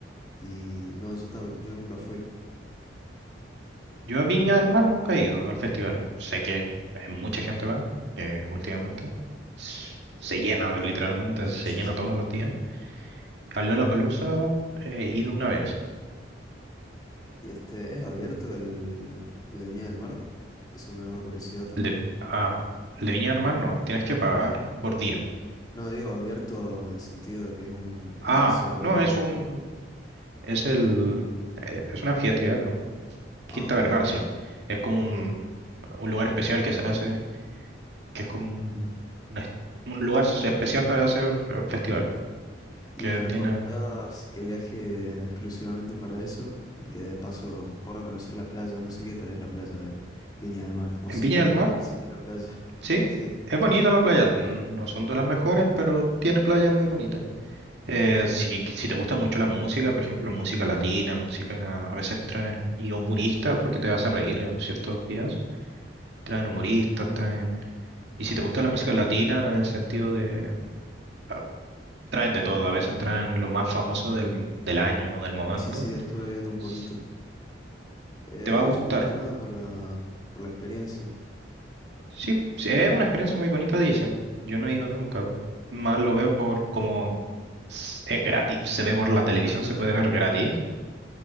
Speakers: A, on the left; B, on the right.
A: Y no, yo, tam- yo nunca fui.
B: Yo a Viña del Mar nunca he ido al festival. Sé que eh, mucha gente va, que últimamente s- se llena, literalmente,
A: Sí,
B: se
A: sí,
B: llena
A: sí.
B: todos los días. Al Lollapalooza he ido una vez.
A: Y este, ¿es abierto el, el de Viña del Mar? Eso me daba curiosidad también.
B: El de, ah, el de Viña del Mar no, tienes que pagar por día.
A: No, digo abierto en el sentido de que es un espacio
B: Ah, no,
A: grande.
B: es un, es el, eh, es una anfiteatro, Quinta
A: Ah, ok.
B: Vergara se llama. Es como un, un lugar especial que se hace, que es como un, un es- un lugar especial para hacer eh, festivales,
A: ¿Y
B: que
A: me
B: tiene...
A: recomendás que viaje exclusivamente para eso? Y que de paso pueda conocer la playa. No sé qué tal es la playa de Viña del Mar. O
B: En
A: si
B: Viña
A: tiene
B: del Mar
A: pl- siquiera playa. <laughs>
B: Sí,
A: Sí,
B: es bonita la playa, no son de las mejores, pero tiene playas muy bonitas. Eh, si, si te gusta mucho la música, por ejemplo, música latina, música a veces traen, y humoristas, porque te vas a reír en ciertos días, traen humoristas, traen... Y si te gusta la música latina, en el sentido de... ah, traen de todo, a veces traen lo más famoso del, del año o del momento,
A: sí, sí, estuve viendo un
B: s-
A: poquito. Eh,
B: te va
A: no,
B: a gustar.
A: yo más que nada por la, por la experiencia.
B: Sí, sí, es una experiencia muy bonita, dicen. Yo no he ido nunca. Más lo veo por como s- es gratis, se ve por la televisión,
A: <laughs>
B: se puede ver gratis.